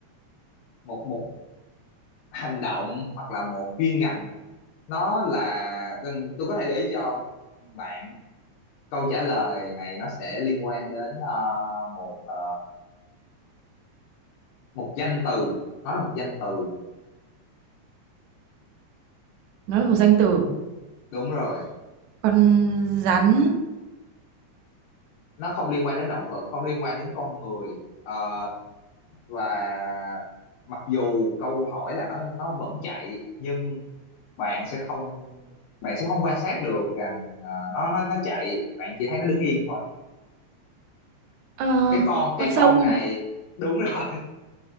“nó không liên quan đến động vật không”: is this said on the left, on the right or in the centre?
Left